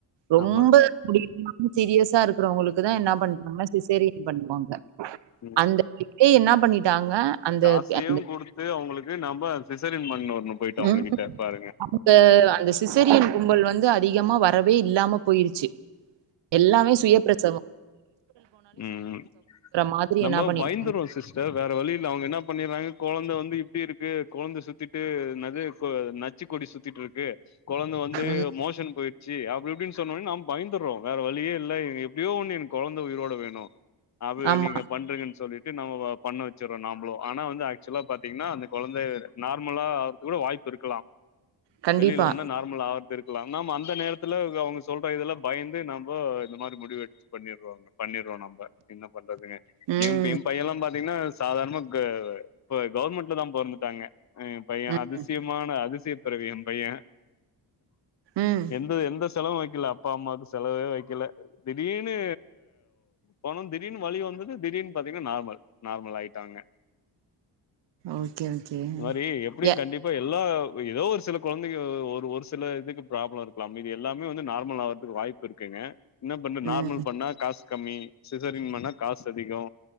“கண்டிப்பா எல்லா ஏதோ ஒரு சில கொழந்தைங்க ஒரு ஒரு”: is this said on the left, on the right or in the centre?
Left